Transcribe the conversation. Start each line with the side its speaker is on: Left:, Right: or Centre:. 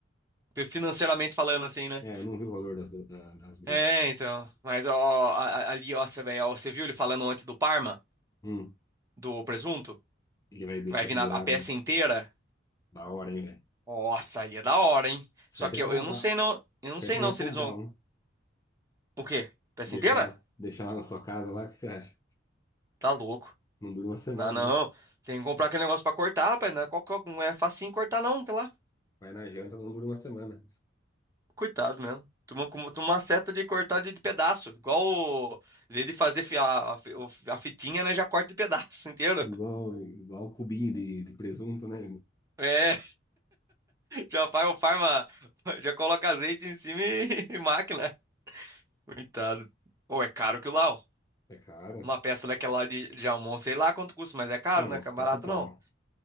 Right: financeiramente falando assim, né?
Left: É, eu não vi o valor das, da- das broto.
Right: É, então. Mas ó, a- a- ali, ó, você vê, ó, você viu ele falando antes do Parma,
Left: Hum,
Right: do presunto,
Left: ele vai deixar
Right: que vai vir
Left: pendurado,
Right: na- a peça
Left: né?
Right: inteira?
Left: Da hora, hein, velho?
Right: Nossa, aí é da hora, hein? Só
Left: Certo
Right: que
Left: é
Right: eu,
Left: comprar.
Right: eu não sei
Left: O
Right: não, eu não
Left: Certo
Right: sei não
Left: não é
Right: se
Left: comprar
Right: eles vão.
Left: um.
Right: O quê? Peça
Left: Deixar
Right: inteira?
Left: lá, deixar lá na sua casa lá, o que você acha?
Right: Tá louco.
Left: Não dura uma semana,
Right: Não, não.
Left: né?
Right: Tem que comprar aquele negócio pra cortar, rapaz. Não é, qual, qual- não é facinho cortar, não, tá lá.
Left: Vai na janta, não dura uma semana.
Right: Coitado mesmo. Toma, como- toma uma seta de cortar de, de pedaço. Igual o, em vez de fazer fi- a, a fi- o- a fitinha, né? Já corta de pedaço <laughs> inteiro.
Left: Igual, igual o cubinho de, de presunto, né?
Right: É. Já faz o farma, já coloca azeite em cima e, <laughs> e máquina. Coitado. Ou é caro que lá, ó.
Left: É caro.
Right: Uma peça daquela lá de, de Almon, sei lá quanto custa, mas é caro,
Left: Não,
Right: né?
Left: uns
Right: Que é
Left: quatro
Right: barato
Left: pau.
Right: não.